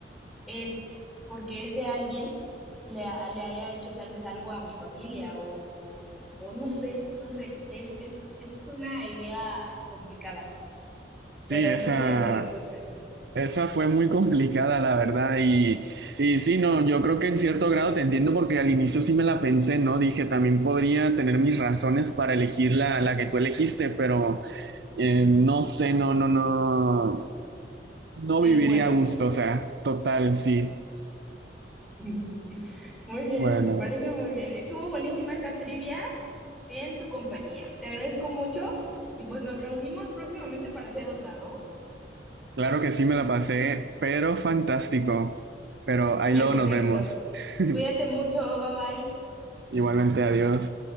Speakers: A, in the centre; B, on the right (about 65°).
A: es porque ese alguien le, ha- le haya hecho tal vez algo a mi familia o, o, o no sé, no sé, es, es, es una idea complicada, pero
B: Sí, esa.
A: esa sería mi respuesta.
B: Esa fue muy complicada, la verdad. Y, y sí, no, yo creo que en cierto grado te entiendo porque al inicio sí me la pensé, ¿no? Dije, también podría tener mis razones para elegir la, la que tú elegiste, pero eh, no sé, no, no, no, no
A: Eres
B: viviría
A: bueno.
B: a gusto, o sea, total, sí.
A: <laughs> Muy bien,
B: Bueno,
A: me parece muy bien. Estuvo buenísima esta trivia en tu compañía. Te agradezco mucho y pues nos reunimos próximamente para hacer otra, ¿no?
B: claro que sí me la pasé, pero fantástico. Pero ahí
A: Perfecto.
B: luego nos vemos. <laughs>
A: Cuídate mucho, bye bye.
B: Igualmente, adiós.